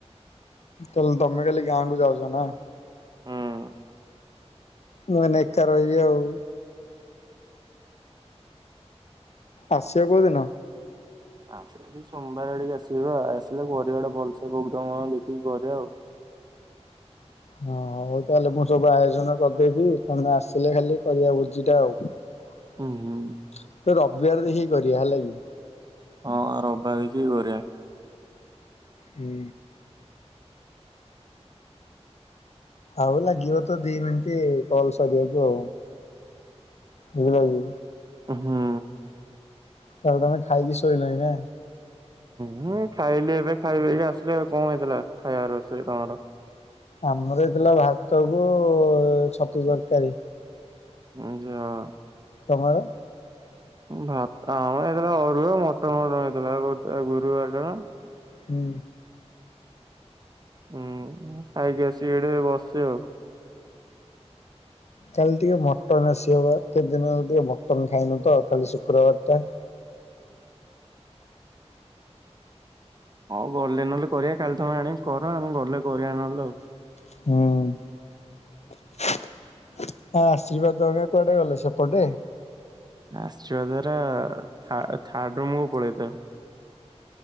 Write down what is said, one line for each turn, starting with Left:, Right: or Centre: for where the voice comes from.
Left: ତାହେଲେ ତମେ କାଲି ଗାଁ କୁ ଯାଉଚ ନା?
Right: ହୁଁ।
Left: ମୁଁ ଅନା ଏକା ରହିବି ଆଉ। ଆସିବ କେଉଁ ଦିନ?
Right: ଆସ ସୋମବାର ଆଡିକେ ଆସିବ ଆଉ ଆସିଲେ କରିବାଟେ ଭଲସେ ବଗ ମ ଦେଖିକି କରିବା ଆଉ।
Left: ହଁ ହଉ ତାହେଲେ ମୁଁ ସବୁ ଆୟୋଜନ କରିଦେଇଥିବି ତମେ ଆସିଲେ ଖାଲି କରିବା ଭୋଜିଟା ଆଉ। ବେ
Right: ହୁଁ ହୁଁ
Left: ରବିବାର ଦେଖିକି କରିବା ହେଲା କି?
Right: ହଁ ରବାରେ ଦେଖି କରିବା।
Left: ହୁଁ। ଆଉ ଲାଗିବ ତ ଦି ମିନିଟ କଲ ସରିବାକୁ ଆଉ ବୁଝିଲକି?
Right: ହୁଁ।
Left: ତାହେଲେ ତମେ ଖାଇକି ଶୋଇଲାଣି ନା?
Right: ହୁଁଁ ଖାଇଲି ଏବେ ଖାଇବେକି ଆସିଲି। ଆଉ କଣ ହେଇଥିଲା ଖାଇବା ରୋଷେଇ ତମର?
Left: ଆମର ହେଇଥିଲା ଭାତକୁ ଛତୁ ତରକାରୀ।
Right: ଉ ଯାଁ
Left: ତମର?
Right: ଭାତ ଆମର ହେଇଥିଲା ଅରୁଆ ମଟନ ମଟନ ହେଇଥିଲା ଗୁରୁବାର ଟା ପା।
Left: ହୁଁ।
Right: ହୁଁ ଖାଇକି ଆସିକି ଏଠି ବସି ଆଉ।
Left: କାଲି ଟିକେ ମଟନ ଆସିହବ କେତେ ଦିନ ହେଲେ ଟିକେ ମଟନ ଖାଇନୁ ତ କାଲି ଶୁକ୍ରବାର ଟା।
Right: ହଉ ଗଲେ ନହେଲେ କରିବା କାଲି ତମେ ଆଣିକି କର ଆମେ ଗଲେ କରିବା ନହେଲେ ଆଉ।
Left: ହୁଁ। ହ ଆଶୀର୍ବାଦ ଦ କୁଆଡେ ଗଲେ ସେପଟେ?
Right: ଆଶୀର୍ବାଦ ଟା ଧାରା ଥାର୍ଡ ରୁମ୍ କୁ ପଳେଇଥାଏ।